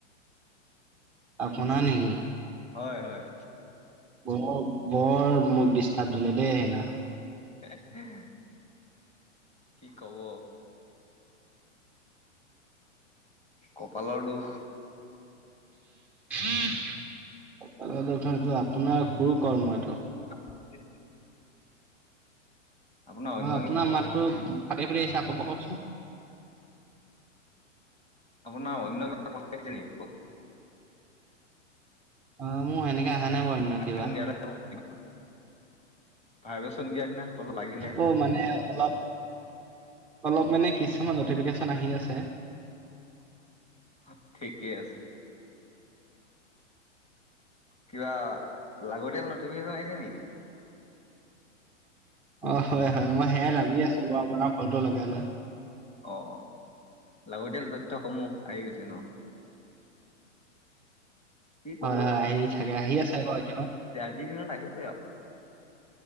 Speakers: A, in the centre; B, on the left.
A: আপোনাৰ
B: ই গুচি গল।
A: নেকি?
B: হয় হয়
A: বৰ বৰ মোক ডিষ্টাৰ্ব দিলে, দেই সেইদিনা
B: <unintelligible> কি কব? কপালৰ দূষ
A: এইটো আপোনাৰ <unintelligible> কৰ্ম এইটো
B: <unintelligible> আপোনাৰ অন্য
A: অ', আপোনাৰ
B: কিবা
A: মাতটো ফাটি ফুতি আহিছে। আকৌ কওকচোন
B: আপোনাৰ অন্য কথা ক আহিছে নেকি?
A: অ', মোৰ সেনেকে আহা নাই বাৰু
B: <unintelligible>
A: কিবা।
B: ভাইব্ৰেচন দিয়া দিনা অলপ লাগিলে
A: অ' মানে অলপ অলপ মানে কিছুমান নটিফিকেশ্যন আহি আছে।
B: অ' ঠিকেই আছে। কিবা লাগতিয়াল নটিফিকেশ্যন আহিছে নেকি?
A: অ', হয় হয় মই সেয়াই লাগি আছো বাৰু আপোনাৰ কলটো লগাই লৈ।
B: অ', অ' লাগতিয়াল তথ্যসমূহ আহি গৈছে ন? কি কব
A: হয়, হয় আহি থাকে আহি আছে আকৌ এতিয়াও।
B: আজি দিনত আহিবৈ আৰু।